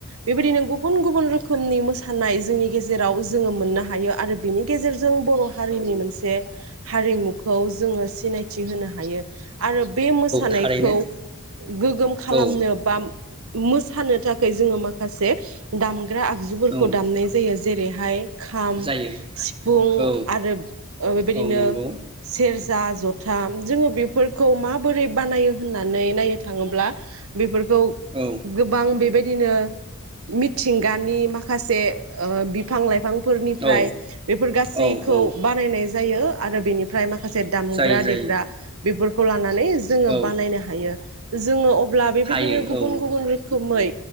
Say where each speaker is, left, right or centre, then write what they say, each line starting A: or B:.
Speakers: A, on the right; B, on the right.
A: बेबायदिनो गुबुन गुबुन रोखोमनि मोसा नाय जोंनि गेजे जेराव जोङो मोननो हायो आरो बेनि गेजेरजों बर' हारिनि मोनसे हारिमुखौ जोङो सिनायथि होनो हायो। आरो बे मोसानायखौ
B: थारैनो
A: गोग्गोम खालामनो
B: औ
A: बा मोसानो थाखाय जोङो माखासे दाम दामग्रा आगजुफोरखौ
B: औ
A: दामनाय जायो। जेरैहाय खाम
B: जायो
A: सिफुं
B: औ
A: आरो बेबायदिनो
B: औ नंगौ
A: सेर जा जथा जोङो बेफोरखौ माबोरै बानायो होननानै नायनो थाङोब्ला बेफोर खौ
B: औ
A: गोबां बेबाय दिनो मिथिंगानि माखासे ओ बिफां लाइफां फोरनिफ्राय
B: औ
A: बेफोर गासैखौ
B: औ औ
A: बानायनाय जायो। आरो बेनिफ्राय मा माखासे दामग्रा
B: जायो जायो
A: देग्रा बेफोर नानै जोङो
B: औ
A: बानायनो हायो। जोङो अब्ला बेबायदिनो
B: हायो
A: गुबुन
B: औ
A: गुबुन रोखोमै